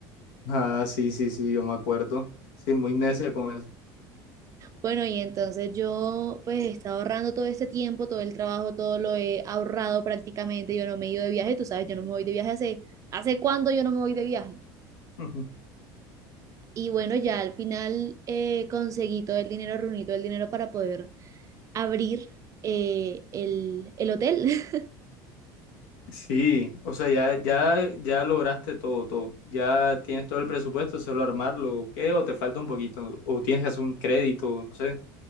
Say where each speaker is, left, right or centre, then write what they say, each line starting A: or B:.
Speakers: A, on the left; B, on the right.
A: Ah, sí, sí, sí, yo me acuerdo. Sí, muy necia con eso.
B: Bueno, y entonces yo pues he estado ahorrando todo este tiempo, todo el trabajo, todo lo he ahorrado prácticamente. Yo no me he ido de viaje, tú sabes, yo no me voy de viaje hace, ¿hace cuándo yo no me voy de viaje?
A: <laughs>
B: Y bueno, ya al final eh, conseguí todo el dinero, reuní todo el dinero para poder abrir eh, el, el hotel. <laughs>
A: Sí, o sea, ya, ya, ya lograste todo, todo. Ya tienes todo el presupuesto, solo armarlo, ¿o ¿qué? ¿O te falta un poquito? ¿O tienes que hacer un crédito? No sé.